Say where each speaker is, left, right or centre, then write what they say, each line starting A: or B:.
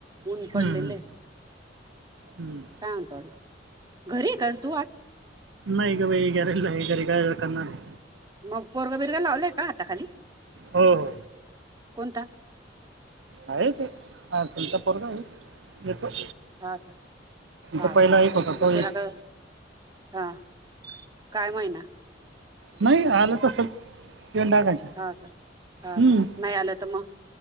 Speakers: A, on the right; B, on the right.
A: ऊन
B: हम्म,
A: पडलेलं
B: हम्म,
A: आहे.
B: हम्म.
A: काय म्हणतो आणि ना घरी आहे का तू आज?
B: नाही ग बाई गॅरेजला आहे घरी काय करणार आहे?
A: मग पोरग बिरगा लावलाय का आता हाता खाली?
B: हो-हो
A: कोणता?
B: आहे ते हा त्यांचा पोरगा आहे. म त
A: हा का हा
B: तर पहिला
A: का
B: एक होता
A: मग
B: तो एक
A: त्याला का हा काय महिना?
B: नाही, आलं तसं इन टाकायचं.
A: हा का, हा
B: हम्म
A: का? नाही आलं तर मग?